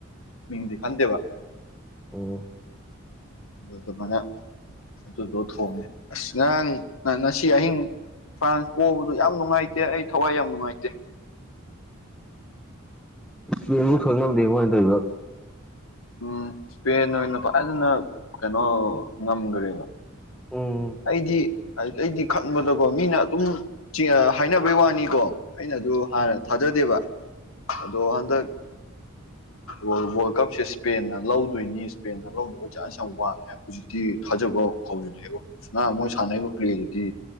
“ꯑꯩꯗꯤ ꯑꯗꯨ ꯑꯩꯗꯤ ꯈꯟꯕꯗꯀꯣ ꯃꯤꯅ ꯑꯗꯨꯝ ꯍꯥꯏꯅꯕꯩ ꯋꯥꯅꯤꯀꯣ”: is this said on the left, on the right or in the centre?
Left